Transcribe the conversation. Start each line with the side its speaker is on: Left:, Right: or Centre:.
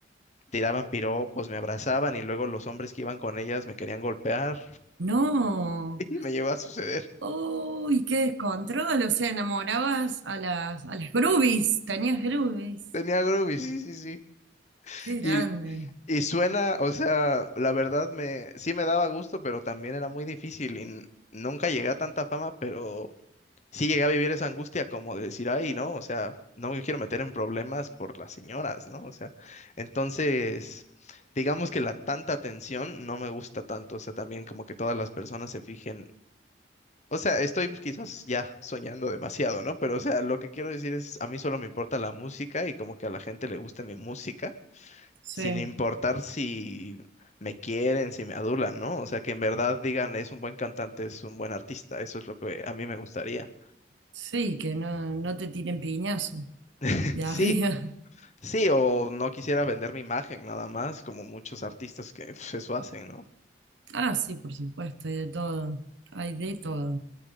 Left: tiraban piropos, me abrazaban y luego los hombres que iban con ellas me querían golpear
Right: No.
Left: <laughs> y me llegó a suceder.
Right: Uy, qué descontrol. O sea, enamorabas a las, a las groupies. Tenías groupies.
Left: Tenía Groovy, sí, sí, sí.
Right: Qué grande.
Left: Y, y suena, o sea, la verdad me, sí me daba gusto, pero también era muy difícil y n- nunca llegué a tanta fama, pero sí llegué a vivir esa angustia como de decir, ay, no, o sea, no me quiero meter en problemas por las señoras, ¿no? O sea, entonces, digamos que la tanta atención no me gusta tanto, o sea, también como que todas las personas se fijen O sea, estoy quizás ya soñando demasiado, ¿no? Pero, o sea, lo que quiero decir es, a mí solo me importa la música y como que a la gente le guste mi música,
Right: Sí.
Left: sin importar si me quieren, si me adulan, ¿no? O sea, que en verdad digan, es un buen cantante, es un buen artista, eso es lo que a mí me gustaría.
Right: Sí, que no, no te tiren piñazo
Left: <laughs>
Right: de
Left: Sí,
Right: arriba. <laughs>
Left: sí, o no quisiera vender mi imagen nada más, como muchos artistas que pues, eso hacen, ¿no?
Right: Ah, sí, por supuesto, hay de todo. Hay de todo.